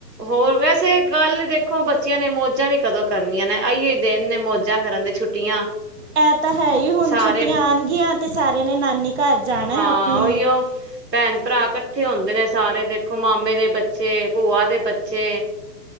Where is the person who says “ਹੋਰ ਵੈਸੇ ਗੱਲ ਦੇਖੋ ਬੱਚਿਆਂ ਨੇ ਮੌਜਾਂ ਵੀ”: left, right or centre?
Right